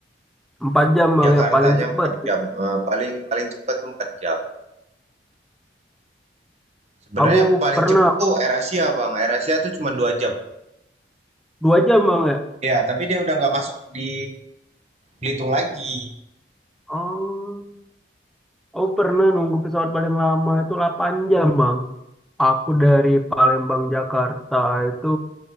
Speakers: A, in the centre; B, on the right.
A: empat jam bang
B: Jakartanya
A: ya paling cepet
B: empat jam. Eh, paling paling cepat tuh 4 jam. Sebenarnya
A: aku
B: yang paling
A: pernah
B: cepet tuh AirAsia, Bang. AirAsia tuh cuma dua jam.
A: dua jam bang ya
B: Ya, tapi dia udah nggak masuk di Belitung lagi.
A: oh aku pernah nunggu pesawat paling lama itu 8 jam bang aku dari Palembang Jakarta itu